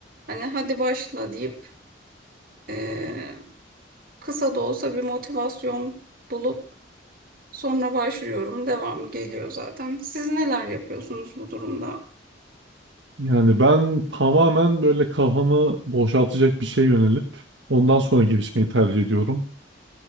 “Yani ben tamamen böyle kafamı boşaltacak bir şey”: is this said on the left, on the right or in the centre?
Right